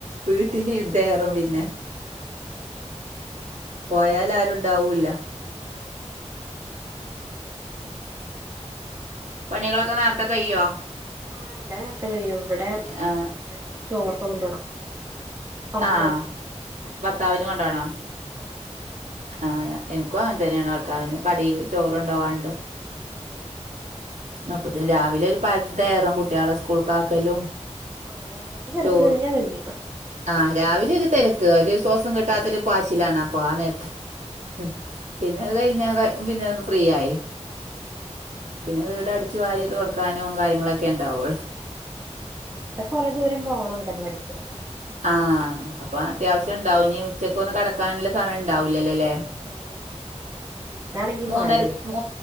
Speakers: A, on the right; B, on the right.
A: വീട്ടില് യുദ്ധേറും പിന്നെ പോയാല് ആരുണ്ടാവുല്ല
B: ആഹ്
A: പണികളൊക്കെ നേരത്തെ കയ്യോ?
B: ആഹ് എല്ലാ നേരത്തെ കഴിയും ഇവടെ
A: ആഹ്
B: എല്ലാർക്കും ചോറൊക്കെ കൊണ്ടോണം പണിക്ക്
A: ആഹ്
B: പോണം ഉം
A: ഭർത്താവിന് കൊണ്ടോണോ?
B: ആഹ്
A: ആഹ് ഇൻക്കും അങ്ങൻതന്നെണ് ഭർത്താവിന് കടെക്ക് ചോറ് കോണ്ടോവാണ്ട്
B: ആഹ്
A: അപ്പത്തിന് രാവിലെ ഒരു പടെക്കാരം കുട്ട്യാളെ സ്കൂൾക്കാക്കലും
B: ആഹ് രാവിലത്തെ തെരക്ക്
A: ചോറ്
B: കഴിഞ്ഞാ കഴിഞ്ഞു
A: ആഹ് രാവിലെ ഒരു തെരക്ക് ഒരു സോസം കിട്ടാത്ത ഒരു പാച്ചിലാണ് അപ്പൊ ആഹ് നേരത്ത് ഉം പിന്നെ അത് കഴിഞ്ഞാ പിന്നെ ഒന്ന് ഫ്രീ ആയി
B: ഉം
A: പിന്നെ വീട് അടിച്ചു വാരി തോടക്കാനും കാര്യങ്ങളൊക്കെ ഇണ്ടാവൂള്ളു
B: ഇവടെ കോറെ ദൂരം പോകണം അങ്കൻവാടിക്ക് അപ്പോ
A: ആഹ് അപ്പ അത്യാവശ്യം ഇണ്ടാവും ഇഞ് ഉച്ചക്കോന്ന് കെടക്കാനുള്ള സമയം ഇണ്ടാവില്ലല്ലോ ലെ?
B: ഏ ഇല്ല അപ്പഴേക്ക് ഇന്നാണെങ്കി
A: മൂന്നര
B: മഴേ
A: മു